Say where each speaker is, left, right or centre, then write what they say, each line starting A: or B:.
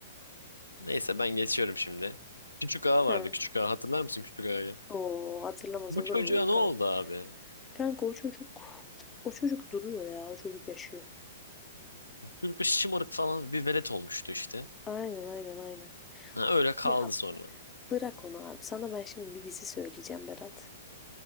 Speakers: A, on the left; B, on the left.
A: Neyse ben geçiyorum şimdi. Küçük ağa vardı
B: Hı.
A: küçük ağa hatırlar mısın küçük ağayı?
B: Oo hatırlamaz
A: Bu
B: olur
A: çocuğa
B: muyum
A: ne
B: kanka?
A: oldu abi?
B: Kanka o çocuk o çocuk duruyor ya. O çocuk yaşıyor.
A: Çocuk bir şımarık falan bir velet olmuştu işte.
B: Aynen aynen aynen.
A: Ha, öyle kaldı
B: Ya
A: sonra.
B: bırak onu abi. Sana ben şimdi bir dizi söyleyeceğim Berat.